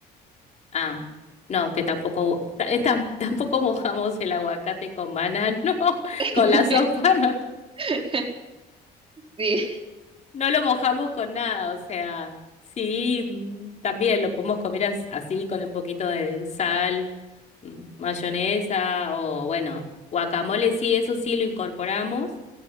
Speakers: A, on the left (about 40°); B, on the right (about 35°).
A: ah, no, que tampoco, ta- eh, tam- tampoco mojamos el aguacate con banano, <laughs>
B: <laughs>
A: con la sopa, no,
B: <laughs> Sí,
A: no lo mojamos con nada. O sea, sí, mm, también lo podemos comer as- así, con un poquito de sal, mm, mayonesa o bueno, guacamole, sí, eso sí lo incorporamos.